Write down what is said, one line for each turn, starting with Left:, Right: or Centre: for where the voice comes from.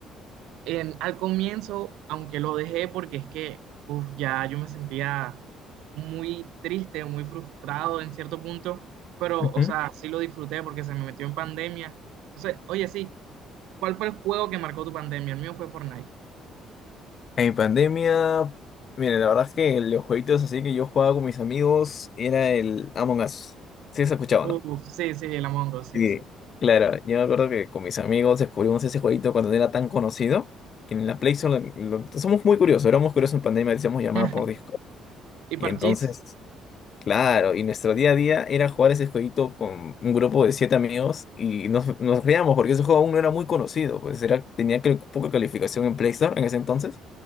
Right: En, al comienzo, aunque lo dejé porque es que uf, ya yo me sentía muy triste, muy frustrado en cierto punto, pero,
Left: Ujú.
Right: o sea, sí lo disfruté porque se me metió en pandemia. O sea, oye, sí, ¿cuál fue el juego que marcó tu pandemia? El mío fue Fortnite.
Left: En pandemia, mire, la verdad es que los jueguitos así que yo jugaba con mis amigos era el Among Us. Sí, has escuchado?
Right: Uf,
Left: ¿no?
Right: sí, sí, el Among Us, sí,
Left: Sí.
Right: sí.
Left: Claro, yo me acuerdo que con mis amigos descubrimos ese jueguito cuando no era tan conocido, que en la Play Store lo- lo- somos muy curiosos, éramos curiosos en pandemia, decíamos llamada
Right: <laughs>
Left: por Discord.
Right: Y Parchís.
Left: Y entonces Claro, y nuestro día a día era jugar ese jueguito con un grupo de siete amigos y nos, nos reíamos porque ese juego aún no era muy conocido, pues era, tenía creo, que poca calificación en Play Store en ese entonces